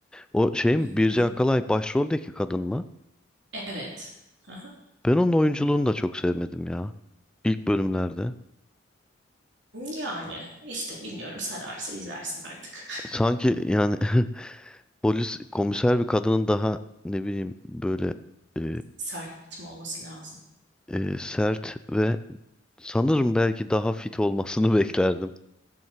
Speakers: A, in the centre; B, on the right.
A: O şey
B: Hı
A: mi? Birce
B: hı.
A: Akalay başroldeki kadın mı?
B: Evet. Hı hı.
A: Ben onun oyunculuğunu da çok sevmedim ya. İlk bölümlerde.
B: Yani işte bilmiyorum sararsa izlersin artık.
A: Sanki yani <laughs> polis komiser bir kadının daha ne bileyim böyle e,
B: <laughs> Sert mi olması lazım?
A: e, sert ve sanırım belki daha fit olmasını <laughs> beklerdim.